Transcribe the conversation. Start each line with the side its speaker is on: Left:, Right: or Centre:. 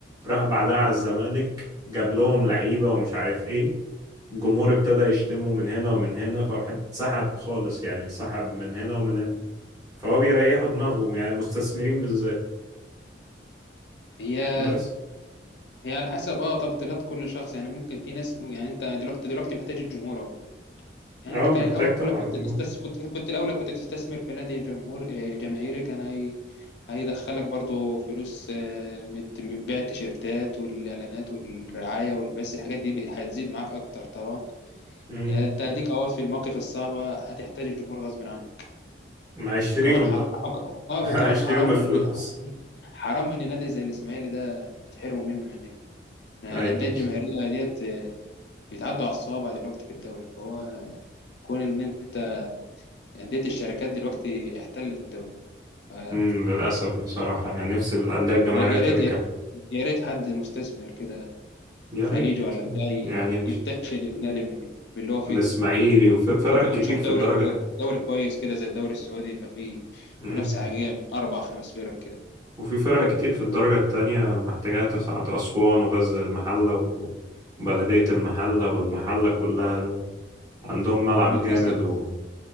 Right: راح بعدها على الزمالك جاب لهم لعيبة ومش عارف إيه الجمهور ابتدى يشتمه من هنا ومن هنا فراح اتسحب خالص يعني اتسحب من هنا ومن هنا فهو بيريحوا دماغهم يعني المستثمرين بالذات
Left: هي
Right: بس
Left: هي على حسب اه تفضيلات كل شخص يعني ممكن في ناس يعني انت دلوقتي دلوقتي محتاج الجمهور اهو يعني
Right: اه
Left: انت كان
Right: محتاج
Left: الاولى
Right: طبعا
Left: كنت تستثمر كنت كنت الاولى كنت تستثمر في نادي جمهور آه، جماهيري كان هي هيدخلك برضو فلوس آه، من من بيع التيشيرتات والاعلانات والرعايه والبث الحاجات دي بي- هتزيد معاك اكتر طبعا
Right: مم.
Left: يعني انت هديك اهو في المواقف الصعبه هتحتاج الجمهور غصب عنك
Right: ما هيشتريهم
Left: كمان ح...
Right: بقى
Left: اه
Right: <laughs> هيشتريهم
Left: وكمان حرام
Right: بالفلوس
Left: ان حرام ان نادي زي الاسماعيلي ده بتحرموا منه يعني الانديه
Right: ايوه
Left: الجماهيريه ديت بيتعدوا على الصوابع دلوقتي في الدوري فهو كون ان انت انديه الشركات دلوقتي احتلت الدوري ف-
Right: مم، للأسف بصراحة يعني نفسي الأندية الجماهيرية
Left: يا يا
Right: ترجع
Left: ريت يا ريت حد مستثمر كده
Right: يا ريت
Left: خليجي ولا بتاع ي-
Right: يعني نش-
Left: ينتشل النادي من من اللي هو فيه
Right: الإسماعيلي
Left: ده ونشوف
Right: وفي فرق
Left: ونشوف
Right: كتير في
Left: دوري
Right: الدرجة
Left: كوي- دوري كويس كده زي الدوري السعودي يبقى فيه
Right: مم.
Left: منافسه حقيقيه من اربع خمس فرق كده
Right: وفي فرق كتير في الدرجة التانية محتاجة تصعد أسوان وغزل المحلة و- وبلدية المحلة والمحلة كلها عندهم ملعب
Left: ما هو للاسف
Right: جامد وحاجات